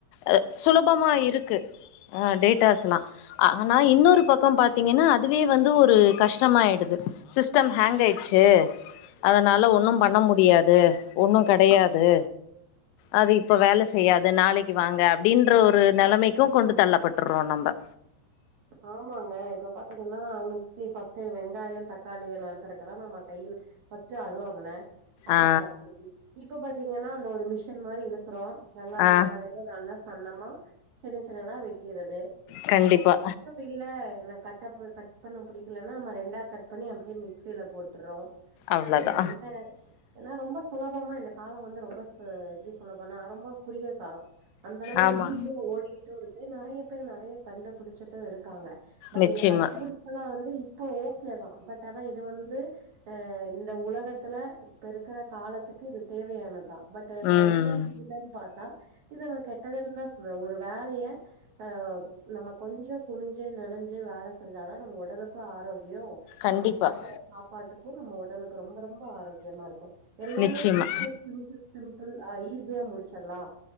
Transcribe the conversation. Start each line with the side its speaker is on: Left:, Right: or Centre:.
Left: அ சுலபமா இருக்கு ஆ டேட்டாஸ்லா ஆனா இன்னொரு பக்கம் பாத்தீங்கன்னா அதுவே வந்து ஒரு கஷ்டமாயிடுது சிஸ்டம் ஹேங்காயிட்ச்சு அதுனால ஒன்னூ பண்ண முடியாது ஒன்னூ கிடையாது அது இப்போ வேலை செய்யாது நாளைக்கு வாங்க அப்படின்ற ஒரு நிலைமைக்கூ கொண்டு தள்ளப்பட்டுறோ நம்ப
Right: ஆமாங்க இப்ப பாத்தீங்கன்னா மிக்சி பர்ஸ்ட்டு வெங்காயோ தக்காளிய நறுக்கறக்குதா நம்ம கைல ஃபர்ஸ்ட்டு அருவாமன அப்புறோ
Left: ஆ
Right: கத்தி இப்ப பாத்தீங்கன்னா அந்த ஒரு மிஷின் மாரி இழுக்கறோ வெங்காயோ
Left: ஆ
Right: தக்காளி நல்லா சன்னமா சின்ன சின்னதா வெட்டியறது
Left: கண்டிப்பா
Right: இல்ல என்ன கட்டப்பு கட் பண்ண புடிக்கலனா நம்ம ரெண்டா கட் பண்ணி அப்டியே மிக்சியில போட்டுற்றோ
Left: அவ்ளதா
Right: அ என்ன ஏனா ரொம்ப சுலபமா இந்த காலம் வந்து ரொம்ப ஸ் எப்டி சொல்லபோனா ரொம்போ குறுகிய கால அந்த அளவு
Left: ஆமா
Right: ஈஸியா ஓடிக்கிட்டு இருக்கு நெறயா பேரு நெறயா கண்டுபிடிச்சட்டு இருக்காங்க பட்
Left: நிச்சயமா
Right: இந்த கண்டு பிடிப்புல்லா வந்து இப்ப ஓகேதா பட் ஆனா இது வந்து அ இந்த உலகத்துல இப்ப இருக்குற காலத்துக்கு இது தேவையானதா பட்
Left: ம்
Right: நன்மைரியலனு பாத்தா இது நா கெட்டதுனு தா சொல்லுவ ஒரு வேலைய ஆ நம்ம கொஞ்ச குனிஞ்சு நெளிஞ்சு வேல செஞ்சா தா நம்ம உடலுக்கு ஆரோக்கியோ
Left: கண்டிப்பா
Right: நம்ம சாப்பிடுற சாப்பாட்டுக்கு நம்ம உடலுக்கு ரொம்ப ரொம்ப ஆரோக்கியமா இருக்கு எல்லாமே
Left: நிச்சயமா
Right: சிம்பிள் சிம்பிள் சிம்பிள் ஆயி இதுலே முடிச்சிலா